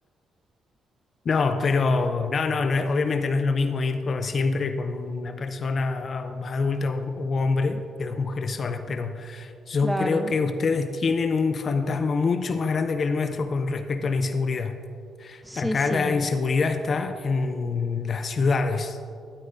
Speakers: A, on the left; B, in the centre.
A: No, pero no, no, no es- obviamente no es lo mismo ir con, siempre con una persona o más adulta o- u hombre que dos mujeres solas, pero yo
B: claro.
A: creo que ustedes tienen un fantasma mucho más grande que el nuestro con respecto a la inseguridad.
B: Sí,
A: Acá
B: sí.
A: la inseguridad está en las ciudades,